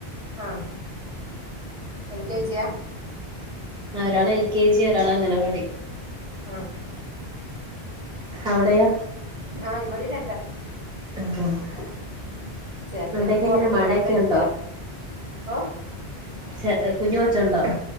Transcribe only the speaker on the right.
ആഹ് എൽ കെ ജിയാ
ആഹ്
ആഹ് ഇവിടേം
ഉം. ചെറുതിനെ
ഇപ്പോ
ഒറക്കിക്കാണ്ട്
ഇരിക്ക.
ഓ